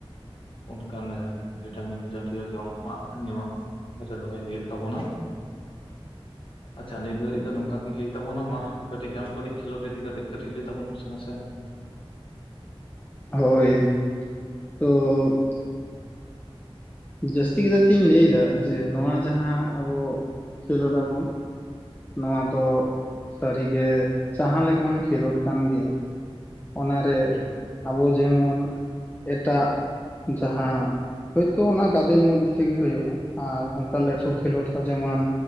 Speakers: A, on the left; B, on the left.
A: ᱚᱱᱠᱟᱱ ᱨᱮ ᱵᱷᱤᱴᱟᱢᱤᱱ ᱡᱟᱛᱤᱭᱚ ᱡᱚᱢᱟᱜ ᱧᱩᱣᱟᱜ ᱫᱚᱦᱚᱭ ᱦᱩᱭᱩᱜ ᱛᱟᱵᱚᱱᱟ᱾ ᱟᱪᱪᱷᱟ ᱱᱤᱛ ᱜᱷᱟᱹᱲᱤᱡ ᱫᱚ ᱱᱚᱝᱠᱟ ᱜᱤ ᱞᱟᱹᱭ ᱛᱟᱵᱚᱱᱟ ᱢᱟ ᱠᱟᱹᱴᱤᱡ ᱟᱢ ᱠᱟᱹᱴᱤᱡ ᱠᱷᱮᱞᱳᱰ ᱤᱫᱤ ᱠᱟᱛᱮᱜ ᱠᱟᱹᱴᱤᱡ ᱞᱟᱹᱭ ᱛᱟᱵᱚᱱ ᱢᱮ ᱢᱟᱥᱮ
B: ᱦᱳᱭ ᱛᱚ ᱡᱟᱹᱥᱛᱤ ᱠᱟᱭ ᱛᱤᱧ ᱞᱟᱹᱭ ᱮᱫᱟ ᱡᱮ ᱱᱚᱣᱟ ᱡᱟᱦᱟᱸ ᱟᱵᱚ ᱠᱷᱮᱞᱳᱰ ᱟᱵᱚᱱ ᱱᱚᱣᱟ ᱫᱚ ᱥᱟᱹᱨᱤᱜᱮ ᱡᱟᱦᱟᱸ ᱞᱮᱠᱟᱱ ᱠᱷᱮᱞᱳᱰ ᱠᱟᱱ ᱜᱮ ᱚᱱᱟᱨᱮ
A: ᱦᱩᱸ
B: ᱟᱵᱚ ᱡᱮᱢᱚᱱ ᱮᱴᱟᱜ ᱡᱟᱦᱟᱸ ᱦᱳᱭᱛᱳ ᱚᱱᱟ ᱜᱟᱫᱮᱞ ᱢᱚᱫᱽᱫᱷᱮ ᱨᱮᱜᱮ ᱦᱩᱭᱩᱜᱳᱼᱟ ᱟᱨ ᱚᱠᱟ ᱞᱟᱹᱴᱩ
A: ᱟᱪᱪᱷᱟ
B: ᱠᱷᱮᱞᱳᱰ ᱦᱚᱸ ᱡᱮᱢᱚᱱ